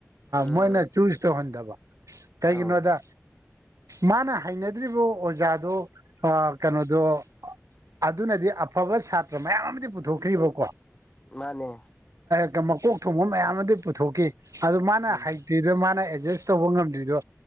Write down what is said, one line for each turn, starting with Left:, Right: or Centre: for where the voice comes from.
Left: ꯎꯝ
Right: ꯃꯣꯏꯅ ꯆꯨꯁ ꯇꯧꯍꯟꯗꯕ ꯀꯩꯒꯤꯅꯣꯗ
Left: ꯑꯧ
Right: ꯃꯥꯅ ꯍꯩꯅ ꯗ꯭ꯔꯤꯕ ꯑꯣꯖꯥꯗꯣ ꯑ ꯀꯅꯣꯗꯣ ꯑꯗꯨꯅꯗꯤ ꯑ ꯑꯐꯕ ꯁꯥꯇ꯭ꯔ ꯃꯌꯥꯝ ꯑꯃꯗꯤ ꯄꯨꯊꯣꯛꯈ꯭ꯔꯤꯕꯀꯣ
Left: ꯃꯥꯅꯦ
Right: ꯃꯀꯣꯛ ꯊꯣꯡꯕ ꯃꯌꯥꯝ ꯑꯃꯗꯤ ꯄꯨꯊꯣꯛꯈꯤ ꯑꯗꯨ ꯃꯥꯅ
Left: ꯎꯝ
Right: ꯍꯩꯇ꯭ꯔꯤꯗꯣ ꯃꯥꯅ ꯑꯦꯖꯁ ꯇꯧꯕ ꯉꯝꯗ꯭ꯔꯤꯗꯣ